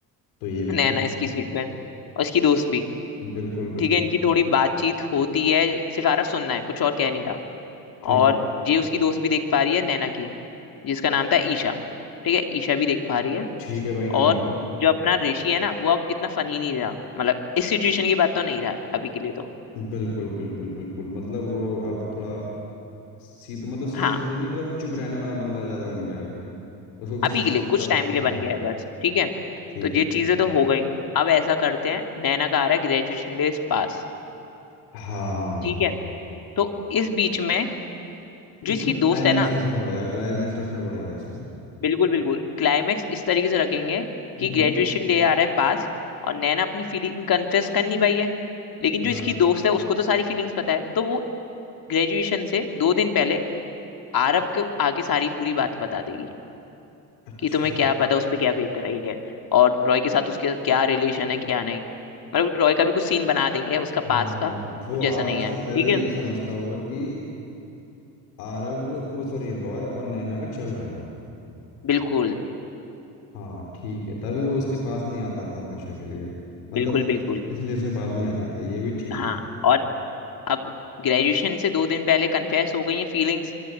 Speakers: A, on the left; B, on the left.
A: तो ये भी
B: नैना
A: ठीक
B: इसकी
A: है
B: सीट पे और इसकी दोस्त भी
A: बिल्कुल बिल्कुल
B: ठीक है इनकी थोड़ी बातचीत होती है सिर्फ आरव सुनना है कुछ और कह नहीं रहा
A: ठीक
B: और
A: है
B: ये उसकी दोस्त भी देख पा रही है नैना की जिसका नाम था ईशा ठीक है ईशा भी देख पा रही है
A: ठीक है भाई डन
B: और
A: हो गया
B: जो अपना ऋषि है ना वो अब इतना फनी नहीं रहा मतलब इस सिचुएशन की बात तो नहीं रहा है अभी के लिए तो
A: बिल्कुल बिल्कुल बिल्कुल मतलब वो अब थोड़ा सीधा मतलब सीधा
B: हाँ
A: साधा नहीं मतलब चुप रहने वाला बंदा ज्यादा बन गया है वो उसको किसी
B: अभी
A: से
B: के लिए
A: मतलब
B: कुछ टाइम के लिए
A: हाँ
B: बन गया है बस ठीक है
A: ठीक
B: तो
A: है
B: ये चीजें तो हो गई अब ऐसा करते हैं नैना का आ रहा है ग्रेजुएशन डे पास
A: हाँ
B: ठीक है तो इस बीच में जो
A: उसमें
B: इसकी दोस्त
A: क्लाइमैक्स
B: है ना
A: रखना पड़ेगा क्लाइमैक्स रखना पड़ेगा इसमें
B: बिल्कुल बिल्कुल क्लाइमेक्स इस तरीके से रखेंगे कि
A: हम्म
B: ग्रेजुएशन डे आ रहा है पास और नैना अपनी फीलिंग कन्फेस कर नहीं पाई है लेकिन जो
A: हाँ
B: इसकी दोस्त है उसको तो सारी फीलिंग्स पता है तो वो ग्रेजुएशन से दो दिन पहले आरव को आके सारी पूरी बात बता देगी
A: अच्छा
B: कि तुम्हें क्या पता उस पर क्या बीत रही है और रॉय के साथ उसके क्या रिलेशन है क्या नहीं मतलब रॉय का भी कुछ सीन बना देंगे उसका पास
A: हाँ
B: का
A: वो
B: कुछ
A: आज
B: ऐसा नहीं
A: से
B: है ठीक
A: पहले
B: है
A: ये समझता होगा कि आरव वो सॉरी रॉय और नैना का चल रहा है
B: बिल्कुल
A: हाँ ठीक है तभी वो उसके पास नहीं आता था हमेशा के लिए मतलब
B: बिल्कुल बिल्कुल
A: इसलिए से पास नहीं आता था ये भी ठीक
B: हाँ
A: है
B: और अब ग्रेजुएशन से दो दिन पहले कन्फेस हो गई है फीलिंग्स